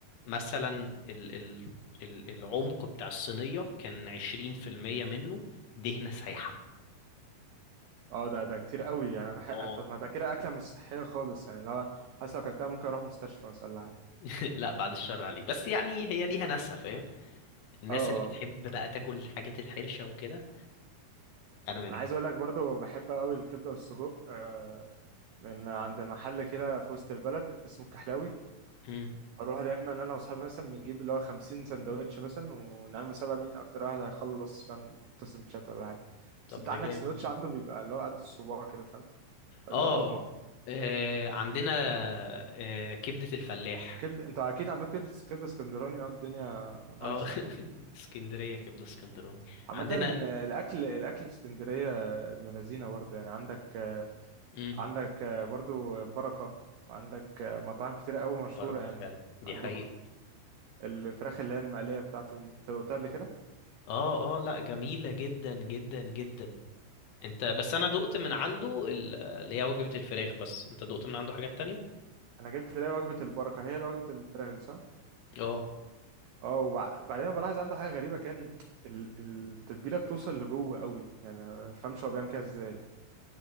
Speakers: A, on the left; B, on the right.
A: مثلا ال... ال... ال... العمق بتاع الصينية كان عشرين في المية منه دهنة سايحة
B: اه ده ده كتير قوي يعني أنا بحق
A: اه
B: طب ما ده كده اكله مش صحيه خالص يعني لو حاسس لو اكلتها ممكن اروح مستشفى مثلا ولا حاجه
A: <laughs> لا بعد الشر عليك بس يعني هي ليها ناسها فاهم الناس
B: اه
A: اللي بتحب بقى تاكل الحاجات الحرشة وكده انا منهم
B: انا عايز اقول لك برضو بحب قوي الكبده والسجق آه من عند محل كده في وسط البلد اسمه الكحلاوي
A: مم.
B: اروح دايما انا واصحابي مثلا بنجيب اللي هو 50 سندوتش مثلا ونعمل مسابقه مين اكتر واحد هيخلص فاهم ست سندوتشات ولا حاجه
A: طب
B: بس انت
A: ده
B: عندك
A: جامد
B: سندوتش عنده بيبقى اللي هو قد الصباع كده فاهم فبيبقى
A: اه
B: قطمة
A: آه، عندنا آه، كبدة الفلاح
B: كبد انتوا اكيد عندكم كبدة كبدة اسكندراني اه الدنيا
A: اه
B: هايصة
A: <laughs>
B: يعني
A: اسكندرية كبدة اسكندراني
B: عامة
A: عندنا
B: آه، الأكل الأكل في اسكندرية آه، ابن لذينة برضه يعني عندك آه،
A: مم.
B: عندك آه، برضه بركة وعندك آه، مطاعم كتيرة أوي مشهورة
A: بركة
B: يعني
A: فعلا دي
B: عندكم
A: حقيقة
B: الفراخ اللي هي المقلية بتاعته دي انت قلتها قبل كده
A: اه اه لا جميلة جدا جدا جدا انت بس انا دقت من عنده ال- اللي هي وجبة الفراخ بس انت دقت من عنده حاجات تانية
B: أنا جبت تلاقي وجبة البركة هي اللي وجبة الفراخ دي صح؟
A: اه
B: اه وبعدين بلاحظ عنده حاجة غريبة كان ال- التتبيلة بتوصل لجوه قوي يعني ما بفهمش هو بيعمل كده ازاي